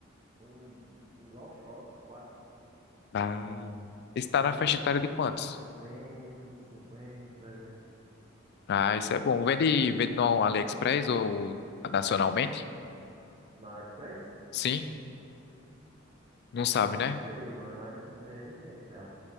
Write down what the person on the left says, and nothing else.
Ah, está
na faixa
etária
de quantos?
Ah, isso é bom. Vende, vende no AliExpress ou nacionalmente?
Sim? Não sabe,
né?